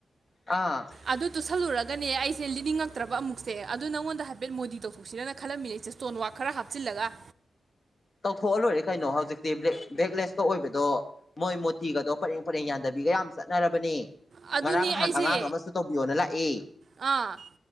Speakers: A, on the left; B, on the right.
A: ꯑꯥ
B: ꯑꯗꯨ ꯇꯨꯁꯜꯂꯨꯔ ꯒꯅꯦ ꯑꯩꯁꯦ ꯂꯤꯠꯅꯤꯡꯉꯛꯇ꯭ꯔꯕ ꯑꯃꯨꯛꯁꯦ ꯑꯗꯨ ꯅꯉꯣꯟꯗ ꯍꯥꯏꯐꯦꯠ ꯃꯣꯗꯤ ꯇꯧꯊꯣꯛꯁꯤꯔꯅ ꯈꯜꯂꯝꯃꯤꯅꯦ ꯏꯁꯇꯣꯟꯋꯥꯛ ꯈꯔ ꯍꯥꯞꯆꯤꯜꯂꯒ
A: ꯇꯧꯊꯣꯛꯑ ꯂꯣꯏꯔꯦ ꯀꯩꯅꯣ ꯍꯧꯖꯤꯛꯇꯤ ꯕ꯭ꯂꯦꯛꯂꯦꯁ ꯑꯣꯏꯕꯗꯣ ꯃꯣꯏ ꯃꯣꯇꯤꯒꯗꯣ ꯄꯔꯦꯡ ꯄꯔꯦꯡ ꯌꯥꯟꯗꯕꯤꯒ ꯌꯥꯝ ꯆꯠꯅꯔꯕꯅꯦ
B: ꯑꯗꯨꯅꯦ
A: ꯉꯔꯥꯡ ꯍꯥꯟ
B: ꯑꯩꯁꯦ
A: ꯑꯉꯥꯡ ꯑꯃꯁꯨ ꯇꯧꯕꯤꯌꯣꯅ ꯂꯥꯛꯑꯦ
B: ꯑꯥ